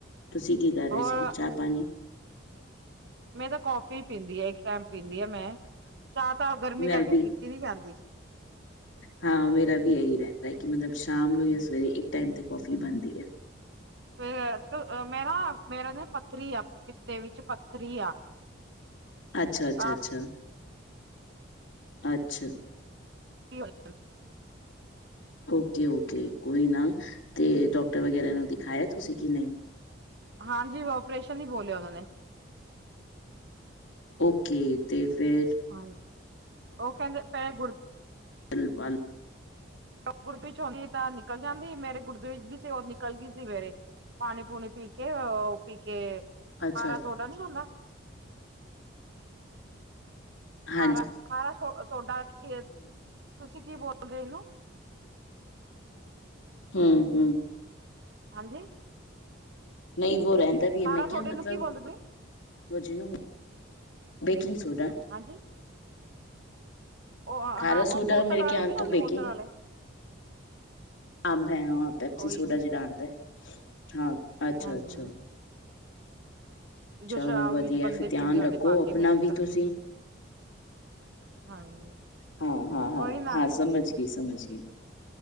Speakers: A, on the left; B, on the right.
A: ਤੁਸੀਂ ਕੀ ਕਰ ਰਏ
B: ਹੋਰ
A: ਸੀ? ਚਾ ਪਾਨੀ
B: ਮੈਂ ਤਾਂ ਕੌਫੀ ਪੀਂਦੀ ਆ ਇੱਕ ਟੈਮ ਪੀਂਦੀ ਆ ਮੈਂ, ਚਾਹ ਤਾਂ ਗਰਮੀ
A: ਮੈਂ
B: ਕਰਕੇ
A: ਵੀ
B: ਪੀਤੀ ਨੀ ਜਾਂਦੀ।
A: ਹਾਂ, ਮੇਰਾ ਵੀ ਏਈ ਰੈਂਦਾ ਕਿ ਮਤਲਬ ਸ਼ਾਮ ਨੂੰ ਜਾਂ ਸਵੇਰੇ ਇੱਕ ਟੈਮ ਤੇ ਕੌਫੀ ਬਣਦੀ ਐ।
B: ਫੇਰ ਮੈਂ ਨਾ ਮੇਰਾ ਨਾ ਪੱਥਰੀ ਆ ਪਿੱਤੇ ਵਿੱਚ ਪੱਥਰੀ ਆ।
A: ਅੱਛਾ-ਅੱਛਾ-ਅੱਛਾ।
B: ਤਾਂ
A: ਅੱਛਾ।
B: <unintelligible>
A: ਓਕੇ-ਓਕੇ, ਕੋਈ ਨਾ ਤੇ
B: ਹਾਂਜੀ
A: ਡਾਕਟਰ ਵਗੈਰਾ ਨੂੰ ਦਿਖਾਆ ਤੁਸੀਂ ਕਿ ਨਈਂ?
B: ਹਾਂਜੀ, ਓਪਰੇਸ਼ਨ ਈ ਬੋਲਿਆ ਓਨਾਂ ਨੇ।
A: ਓਕੇ ਤੇ ਫੇਰ
B: ਹਾਂ, ਓ ਕੈਂਦੇ ਪੈਲੇ ਗੁਰ
A: <unintelligible>
B: ਗੁਰਦੇ ਵਿਚ ਹੁੰਦੀ ਤਾਂ ਨਿਕਲ ਜਾਂਦੀ, ਮੇਰੇ ਗੁਰਦੇ ਵਿਚ ਵੀ ਸੀ ਓ ਨਿਕਲ ਗਈ ਸੀ ਮੇਰੇ। ਪਾਨੀ ਪੂਨੀ ਪੀ ਕੇ ਓ ਪੀ ਕੇ,
A: ਅੱਛਾ
B: ਖਾਰਾ ਸੋਡਾ ਨੀ ਹੁੰਦਾ ਖਾਰਾ-ਖਾਰਾ
A: ਹਾਂਜੀ
B: ਸੋਡਾ ਖੀ ਤੁਸੀਂ ਕੀ ਬੋਲਦੇ ਓ ਏਨੂੰ
A: ਹੂੰ-ਹੂੰ
B: ਹਾਂਜੀ
A: ਨਈਂ ਵੋ ਰੈਂਦਾ ਵੀ
B: ਖਾਰਾ
A: ਐ ਮੈਂ
B: ਸੋਡੇ
A: ਕਿਆ ਮਤਲਬ
B: ਨੂੰ ਕੀ ਬੋਲਦੇ ਤੁਸੀਂ
A: ਵੋ ਜਿਨੂੰ, ਬੇਕਿੰਗ ਸੋਡਾ
B: ਹਾਂਜੀ ਓ
A: ਖਾਰਾ
B: ਹਾਂ
A: ਸੋਡਾ
B: ਓ ਬੋਤਲ
A: ਮੇਰੇ
B: ਆਲੇ
A: ਖਿਆਲ
B: ਨੀ ਹੁੰਦੇ
A: ਤੋਂ ਬੇਕਿੰਗ
B: ਬੋਤਲ ਆਲੇ
A: ਅੰਬ ਹੈ ਹਾਂ ਪੈਪਸੀ
B: ਉਹੀ
A: ਸੋਡਾ ਜੇੜਾ ਆਂਦਾ, ਹਾਂ ਅੱਛਾ-ਅੱਛਾ।
B: ਹਾਂਜੀ ਜੋ
A: ਚਲੋ
B: ਸ਼ਰਾਬ
A: ਵਦੀਐ
B: ਵਿੱਚ ਬੰਦੇ
A: ਫੇਰ ਧਿਆਨ
B: ਪੀਂਦੇ ਹੁੰਦੇ
A: ਰੱਖੋ
B: ਪਾ
A: ਆਪਨਾ
B: ਕੇ ਮਿਕਸ
A: ਵੀ
B: ਕਰਕੇ
A: ਤੁਸੀਂ।
B: ਹਾਂਜੀ
A: ਹਾਂ-ਹਾਂ-ਹਾਂ-ਹਾਂ
B: ਉਹੀ ਨਾ
A: ਸਮਜ ਗੀ ਸਮਜਗੀ।